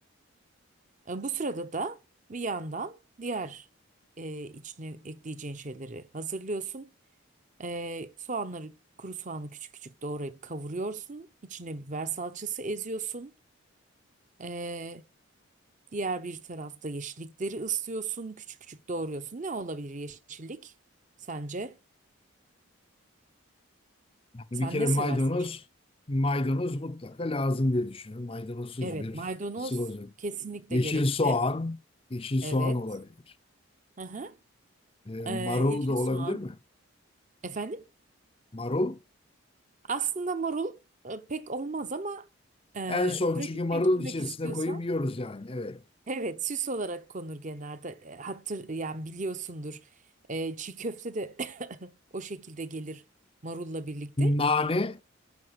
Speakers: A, on the right; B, on the left.
A: E, bu sırada da bir yandan diğer e, içine ekleyeceğin şeyleri hazırlıyorsun. E, soğanları, kuru soğanı küçük küçük doğrayıp kavuruyorsun. İçine biber salçası eziyorsun. E, Diğer bir tarafta yeşillikleri ıslıyorsun, küçük küçük doğruyorsun. Ne olabilir yeşillik sence?
B: Bir
A: Sen
B: kere
A: ne
B: maydanoz,
A: seversin yeşil?
B: maydanoz mutlaka lazım diye düşünüyorum. Maydanozsuz
A: Evet,
B: bir
A: maydanoz
B: sıvı yok.
A: kesinlikle
B: Yeşil
A: gerekli.
B: soğan, yeşil
A: Evet.
B: soğan olabilir.
A: Hı hı.
B: E,
A: Ee,
B: marul
A: yeşil
B: da olabilir
A: soğan.
B: mi?
A: Efendim?
B: Marul.
A: Aslında marul e, pek olmaz ama e,
B: En son
A: pratikleştirmek
B: çünkü marulun içerisine
A: istiyorsan
B: koyup yiyoruz yani. Evet.
A: evet süs olarak konur genelde. E, Hatır yani biliyorsundur. E, çiğ köfte de <coughs> o şekilde gelir marulla birlikte.
B: Nane,